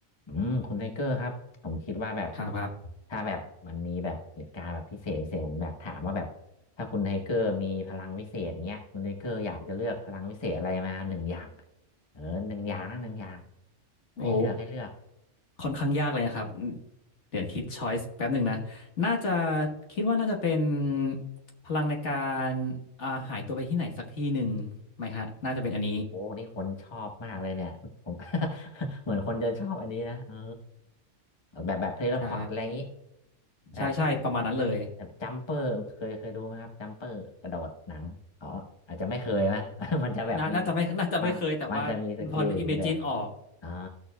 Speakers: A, on the left (about 25°); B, on the left (about 70°).
A: อืมคุณไทเกอร์ครับผมคิดว่าแบบ
B: ครับครับ
A: ถ้าแบบมันมีแบบเหตุการณ์แบบพิเศษพิเศษผมแบบถามว่าแบบถ้าคุณไทเกอร์มีพลังวิเศษเงี้ยคุณไทเกอร์อยากจะเลือกพลังวิเศษอะไรมาหนึ่งอย่างเออหนึ่งอย่างนะหนึ่งอย่าง
B: โอ้
A: ให้เลือกให้เลือก
B: ค่อนข้างยากเลยนะครับเดี๋ยวคิดช้อยส์แป๊บหนึ่งนะน่าจะคิดว่าน่าจะเป็นพลังในการอ่าหายตัวไปที่ไหนสักที่หนึ่งไหมฮะน่าจะเป็นอันนี้
A: โอ้นี่คนชอบมากเลยเนี่ยผม <laughs> เหมือนคนจะชอบอันนี้นะเออแบบแบบเทเลพอร์ตอะไรอย่างนี้
B: ใช่
A: แบบแบบ
B: ใช่ใช่ประมาณนั้นเลย
A: แบบจัมเปอร์เคยเคยดูไหมครับจัมเปอร์กระโดดหนังอ๋ออาจจะไม่เคยนะ <laughs> มันจะแบบมี
B: น่าน่าจะไม่น่าจะไม่เคยแต่ว่าพอ
A: มันมันจะมีสกิลอย่างนี้เลย
B: imagine ออก
A: อ่า